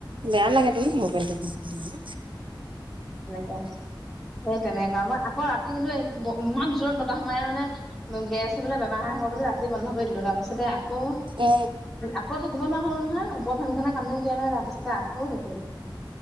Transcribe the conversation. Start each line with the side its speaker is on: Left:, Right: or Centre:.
Right: বেয়া লাগে তোন হাফ পেন্টটো পিন্ধি ফুৰিবলে।
Centre: এনেকে সেই তেনেকুৱা মই আকৌ ৰাতি কিন্তু ইমান জোৰত বতাহ স মাৰে মানে গে আছে বোলে বেমাৰ হ। হব বুলি ৰাতি বন্ধ কৰি দিলো তাৰপিছতে আকৌ
Right: অ
Centre: আকৌ। থাকিব নোৱাৰো নহয় উপফেনখনে কামেই নিদিয়ে নহয় নাই তাৰ পিছ আকৌ হেৰি কৰিলোঁ।